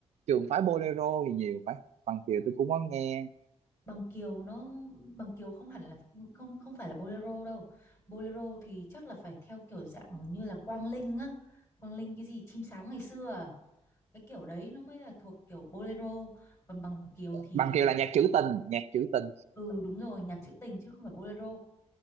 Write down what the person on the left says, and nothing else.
Bằng Kiều nó Bằng Kiều không hẳn là không không phải là bolero đâu bolero thì chắc là phải theo kiểu dạng như là Quang Linh á Quang Linh cái gì chim sáo ngày xưa à? cái kiểu đấy nó mới là thuộc kiểu bolero còn bằng kiều thì
ừ đúng rồi nhạc trữ tình chứ không phải bolero